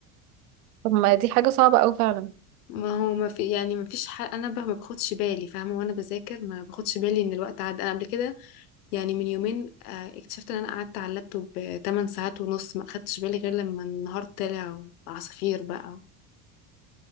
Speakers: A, on the right; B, on the left.
A: طب ما دي حاجه صعبه اوي فعلا
B: ما هو ما في يعني ما فيش حق أنا بقى ما باخدش بالي فاهمة وأنا بذاكر ما باخدش بالي إن الوقت عدى أنا قبل كده يعني من يومين آه، اكتشفت ان انا قعدت على اللابتوب 8 ساعات ونص ما اخدتش بالي غير لما النهار طلع وعصافير بقى ما